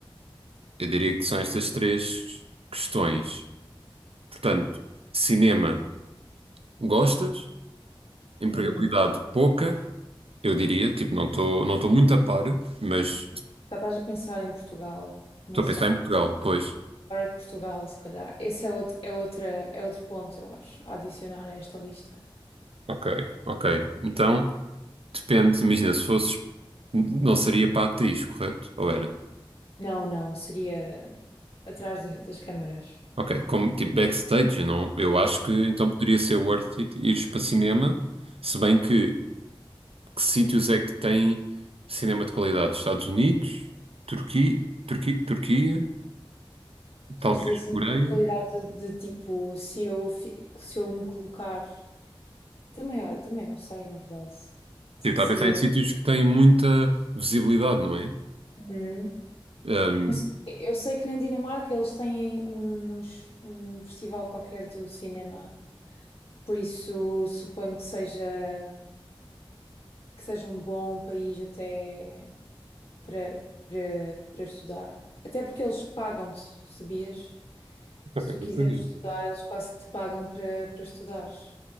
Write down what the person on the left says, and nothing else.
Uhum.
Já estás a pensar em Portugal, não
sei.
Fora de Portugal, se calhar. Esse é outro, é outra, é outro ponto, eu acho, a adicionar a esta lista.
Não, não, seria atrás de- das câmaras.
Estás
a dizer assim,
de qualidade de, de tipo, se eu, fi- se eu me colocar. Também, olha, também não sei, na verdade. Seria.
um-
Uhum.
Não sei. Eu sei que na Dinamarca eles têm uns, um festival qualquer do cinema. Por isso, suponho que seja, que seja um bom país até. para, para, para estudar. Até porque eles pagam-te, sabias? Se
tu
quiseres
estudar, eles quase que te pagam para, para estudares.